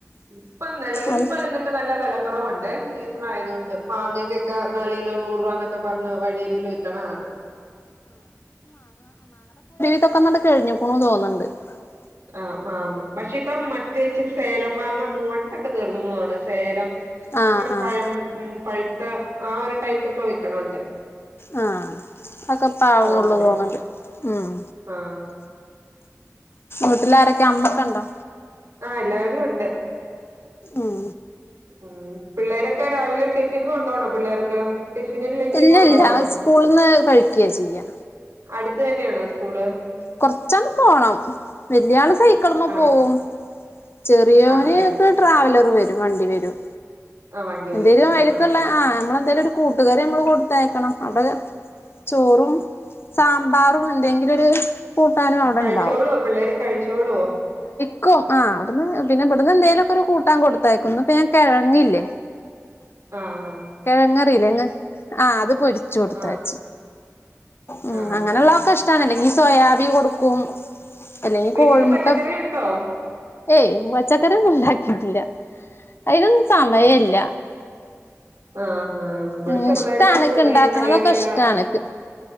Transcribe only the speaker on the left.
അത്
കഴിഞ്ഞുക്കണ് ന്നു തോന്നുന്നുണ്ട്
ആഹ്
ആഹ്
ആ അക്കെ <unintelligible>
ഉള്ളു തോന്നണ്ട് ഉം
വീട്ടിലാരൊക്കെ അമ്മക്കെ ഉണ്ടോ
ഉം
ഇല്ല
ഇല്ല സ്കൂളന്ന് കഴിക്കയാ ചെയ്യ
കൊറച്ചാള് പോണം വല്യ ആള് സൈക്കിൾമേ
പോവും ചെറിയോന്
ഒക്കെ ട്രാവലർ വരും വണ്ടി വരും
എന്തേലും
അഴക്കള്ള
ആ നമ്മളെന്തായാലും ഒരു കൂട്ടുകറി നമ്മള് കൊടുത്തയക്കണം അവിടെ ചോറും സാമ്പാറും എന്തെങ്കിലും ഒരു കൂട്ടാനും അവിടെ
ഉണ്ടാവും
ക്കോ ആ അവിടുന്ന് പിന്നെ ഇബ്ടുന്ന് എന്തേലൊക്കെരു കൂട്ടാൻ കൊട്ത്തയക്കും ഇന്ന് ഇപ്പ ഞാൻ കിഴങ്ങില്ലേ
കിഴങ്ങറില്ലേ ങ്ങ ആ അത് പൊരിച്ചു കൊടുത്തയച്ച്
ഉം
അങ്ങനെള്ളതക്കെ
ഇഷ്ടാണ് അല്ലെങ്കീ സോയാബിൻ കൊടുക്കും അല്ലെങ്കിൽ
കോഴിമുട്ട
ഏയ് പച്ചക്കറി ഒന്നും ണ്ടാ <unintelligible> അയ്നൊന്നും സമയല്ല
ഉം
ഇഷ്ടാണ്ക്ക്
ഇണ്ടാക്കണതൊക്കെ
ഇഷ്ടാണ്ക്ക്